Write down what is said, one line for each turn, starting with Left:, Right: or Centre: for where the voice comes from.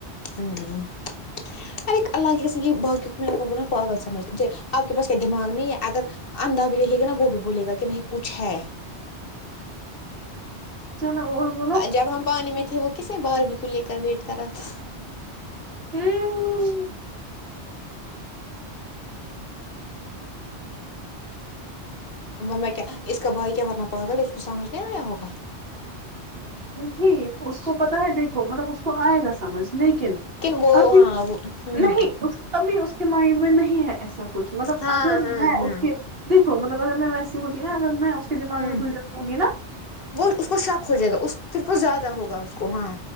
Left: ہم <unintelligible> ار اللہ کیس با پاگل سمجھ آپ کے پاس کیا دماغ نہیں ہے اگر اندھا بھی دیککھے گا نا وہ بھی بھولے گا کہ نہیں کچھ ہے
Right: چلو اور بولو
Left: جب ہم پانی میں تھے وہ کسی بارب کو لے کر ویٹ کر رہا تھا
Right: ہم
Left: وہ میں کیا اس کا بھائی کیا پاگل ہے اس کو سمجھ نہیں آیا ہوگا
Right: جی اس کو پتا ہے دیکھو مطلب اس کو آئے گا سمجھ لیکن
Left: وہ
Right: ابھی
Left: ہاں وہ ہوں
Right: نہیں ابھی اس کے مائنڈ میں نہیں ہے ایسا کچھ مطلب
Left: ہاں
Right: اگر
Left: ہاں
Right: میں
Left: ہاں
Right: اس کے دیکھو مطلب اگر میں ویسی ہوتی نا اگر میں اس کے دماغ
Left: ہوں
Right: میں کھ در ہووںی نا
Left: وہ اس کو شک ہو جائے گا اس پ کو زیادہ ہوگا اس کو ہاں